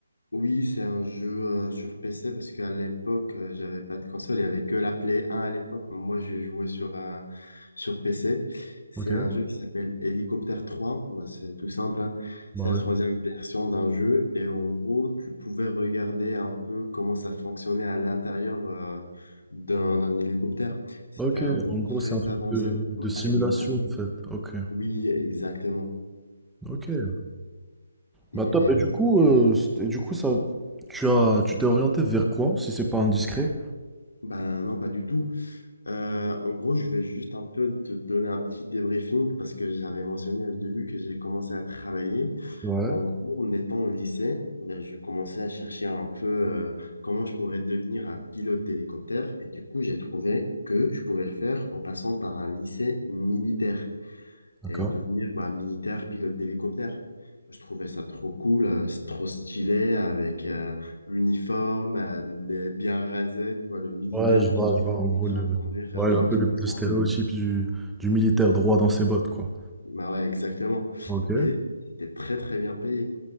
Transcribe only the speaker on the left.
Oui, c'est un jeu euh, sur PC parce qu'à l'époque, euh, j'avais pas de console. Il y avait que la Play 1 à l'époque. Moi, j'ai joué sur, un sur PC. C'est
un jeu qui s'appelle Helicopter 3. Bah, c'est tout simple, hein.
C'est
la troisième version d'un jeu. Et en gros, tu pouvais regarder un peu comment ça fonctionnait à l'intérieur euh, d'un d'un hélicoptère. C'était
un peu
très
avancé
bah,
à l'époque. hein.
Oui, exactement.
Et
ben non, pas du tout. Euh, en gros, je vais juste un peu te donner un petit débriefing parce que j'avais mentionné au début que j'ai commencé à travailler.
Mais en gros, en étant au lycée, ben, je commençais à chercher un peu euh, comment je pourrais devenir un pilote d'hélicoptère. Et du coup, j'ai trouvé que je pouvais le faire en passant par un lycée militaire
et devenir bah, militaire pilote d'hélicoptère. Je trouvais ça trop cool, euh, c'est trop stylé avec euh, l'uniforme, euh, les bien rasé, tu vois, le militaire
viril
en train
de conduire
euh, tranquillement.
sans-
Bah ouais, exactement.
Et c'était très très bien payé.